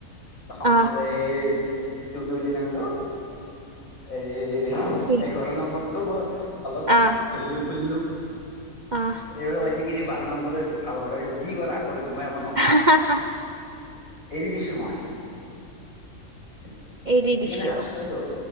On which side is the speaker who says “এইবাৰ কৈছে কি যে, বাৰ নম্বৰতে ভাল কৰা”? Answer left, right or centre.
Left